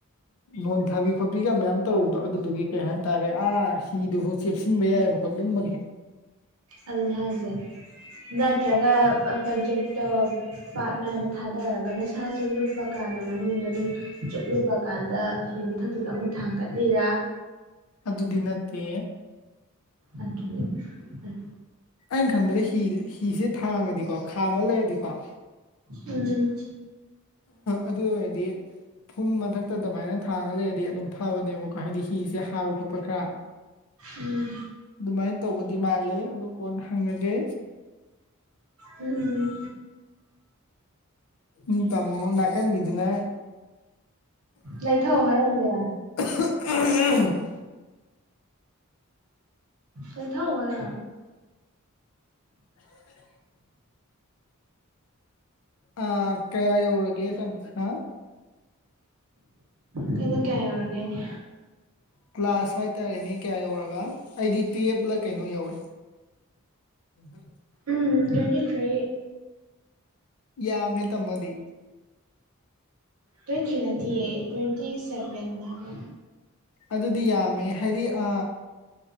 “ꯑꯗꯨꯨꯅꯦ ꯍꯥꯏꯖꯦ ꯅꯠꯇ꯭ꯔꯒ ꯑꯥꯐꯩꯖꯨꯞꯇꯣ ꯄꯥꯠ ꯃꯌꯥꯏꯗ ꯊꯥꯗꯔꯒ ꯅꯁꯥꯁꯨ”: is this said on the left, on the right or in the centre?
Right